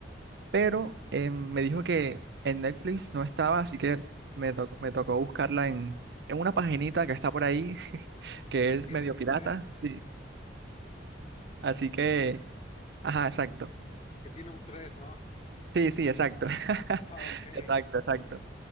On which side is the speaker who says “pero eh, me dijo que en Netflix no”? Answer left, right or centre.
Right